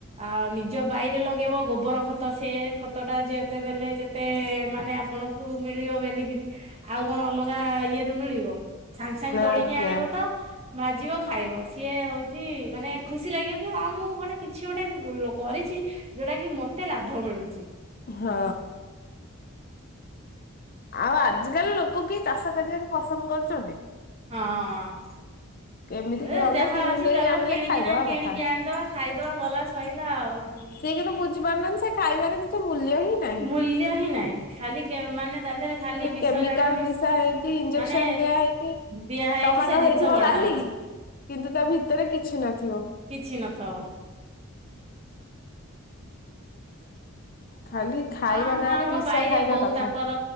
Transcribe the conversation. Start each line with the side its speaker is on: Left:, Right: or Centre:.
Right: ଆଉ ନିଜ ବାଇରେ ଲଗେଇବ ଗୋବର ଖତ ସେ ଖତ ଖତ ଟା ଯେତେ ଦେଲେ ଯେତେ ମାନେ ଆପଣଙ୍କୁ ମିଳିବ ବେନିଫିଟ୍ ଆଉ କଣ ଅଲଗା ଇଏ ରୁ ମିଳିବ ସାଙ୍ଗେ ସାଙ୍ଗେ ତୋଳିକି
Left: ଆଜ୍ଞା
Right: ଆଣିବ ତ ଭାଜିବ। ଖାଇବ ସିଏ ହଉଛି ମାନେ ଖୁସି ଲାଗିବ କି ହଁ ମୁଁ ଗୋଟେ କିଛି ଗୋଟେ କରିଛି ଯୋଉଟା କି କେତେ ଲାଭ ମିଳୁଛି।
Left: ହଁ। ଆଉ ଆଜିକାଲି ଲୋକ କି ଚାଷ କରିବାକୁ ପସନ୍ଦ କରୁଛନ୍ତି।
Right: ହଁ।
Left: ଏମିତି
Right: ହେ
Left: ଗଲେ
Right: ଯାହା
Left: କିଣି
Right: ଅଛି
Left: ନେଇ
Right: ଚାଲ
Left: ଆଣିଲେ
Right: କିଣିକିନା
Left: ଖାଇଦବା
Right: କିଣିକି
Left: କଥା।
Right: ଆଣିଦବା ଖାଇଦବା ଗଲା ସଇଲା ଆଉ। ହଁ।
Left: ସିଏ କିନ୍ତୁ ବୁଝିପାରୁନାହାନ୍ତି ସେ ଖାଇବାରେ କିଛି ମୂଲ୍ୟ ହିଁ ନାହିଁ।
Right: ମୂଲ୍ୟ ହିଁ ନାହିଁ ଖାଲି ମାନେ ତା ଦେହରେ ଖାଲି ବିଷ
Left: କେମିକାଲ
Right: ଜାଣ ମିଶିଛି
Left: ମିଶା ହେଇକି ଇଞ୍ଜେକ୍ସନ
Right: ମାନେ
Left: ଦିଆ ହେଇକି
Right: ଦିଆ ହେଇକି
Left: ଟମାଟୋ
Right: ସେ ଜିନିଷ
Left: ହେଇଥିବ
Right: ବଢା
Left: ଲାଲି
Right: ହବ ହଉଛି।
Left: କିନ୍ତୁ ତା ଭିତରେ କିଛି ନଥିବ।
Right: କିଛି ନଥବ।
Left: ଖାଲି ଖାଇବା
Right: ହଁ ଆମ
Left: ନାଁରେ
Right: ଆମ
Left: ବିଷ
Right: ବାଇରେ
Left: ଖାଇବା
Right: ବୋଉ
Left: କଥା।
Right: ତାଙ୍କର